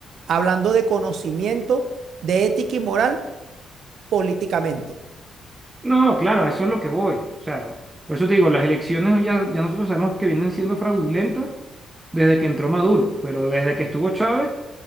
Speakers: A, on the right; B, on the right.
A: hablando de conocimiento, de ética y moral políticamente.
B: No, claro, a eso es lo que voy. O sea, por eso te digo, las elecciones ya, ya nosotros sabemos que vienen siendo fraudulentas desde que entró Maduro, pero desde que estuvo Chávez,